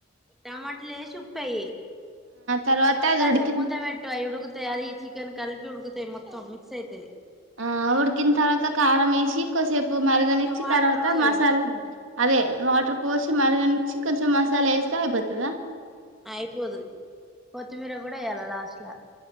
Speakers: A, in the centre; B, on the right.
A: టమాటల్ ఏసి ఉప్పేయి
B: తర్వాత
A: మళ్ళకాసేపు
B: అది ఉడికిన
A: మూత పెట్టు అయి ఉడు తే అది చికెన్ కల్పి ఉడుకుతయి మొత్తం మిక్స్ అయితది.
B: ఆ ఉడ్కిన్ తర్వాత కారం ఏసి కొద్సేప్ మరగనిచ్చి
A: కొంచెం వాటర్
B: తర్వాత
A: పోయాలి
B: మసాలా
A: కదా
B: అదే వాటర్ పోస్ మరగనిచ్చి కొంచం మసాలా ఎస్తే అయిపోతదా
A: అయిపోదు కొత్తిమీర గుడా ఎయ్యాల లాస్ట్లా